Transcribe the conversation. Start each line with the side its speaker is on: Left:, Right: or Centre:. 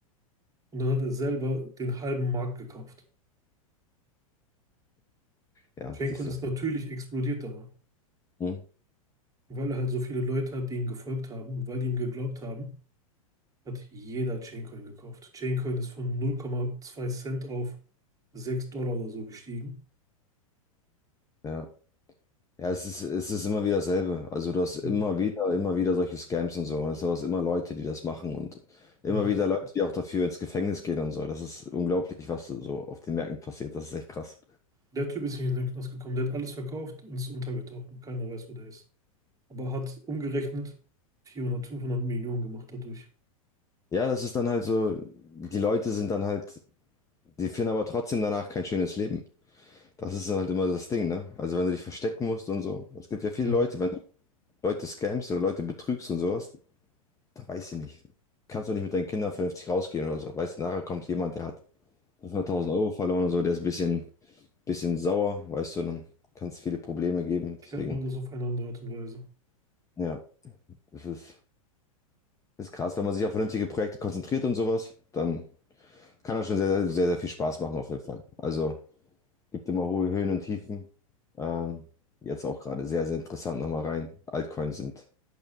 Right: Und dann hat er selber den halben Markt gekauft.
Left: Ja,
Right: Chaincoin
Left: siehst
Right: ist
Left: du.
Right: natürlich explodiert danach,
Left: Hm?
Right: weil er halt so viele Leute hat, die ihm gefolgt haben und weil die ihm geglaubt haben, hat jeder Chaincoin gekauft. Chaincoin ist von 0,2 Cent auf 6 Dollar oder so gestiegen.
Left: Ja. Ja, es ist, es ist immer wieder dasselbe. Also du hast immer
Right: Ja.
Left: wieder, immer wieder solche Scams und so. Und es sind immer Leute, die das machen und immer
Right: Ja.
Left: wieder Leute, die auch dafür ins Gefängnis gehen und so. Das ist unglaublich, was so auf den Märkten passiert. Das ist echt krass.
Right: Der Typ ist nicht in den Knast gekommen. Der hat alles verkauft und ist untergetaucht. Und keiner weiß, wo der ist. Aber hat umgerechnet 400, 500 Millionen gemacht dadurch.
Left: Ja, das ist dann halt so, die Leute sind dann halt, die finden aber trotzdem danach kein schönes Leben. Das ist halt immer das Ding, ne? Also wenn du dich verstecken musst und so. Es gibt ja viele
Right: Ja.
Left: Leute, wenn du Leute scamst oder Leute betrügst und sowas, Da weiß ich nicht. Kannst du nicht mit deinen Kindern vernünftig rausgehen oder so. Weißt du, nachher kommt jemand, der hat 500.000 Euro verloren und so, der ist ein bisschen, bisschen sauer, weißt du, dann kann es viele Probleme geben.
Right: Klärt
Left: Deswegen,
Right: man das auf eine andere Art und Weise.
Left: ja, das ist, das ist krass. Wenn man sich auf vernünftige Projekte konzentriert und sowas, dann kann das schon sehr, sehr, sehr, sehr viel Spaß machen, auf jeden Fall. Also, gibt immer hohe Höhen und Tiefen. Ähm, jetzt auch gerade sehr, sehr interessant nochmal rein. Altcoins sind,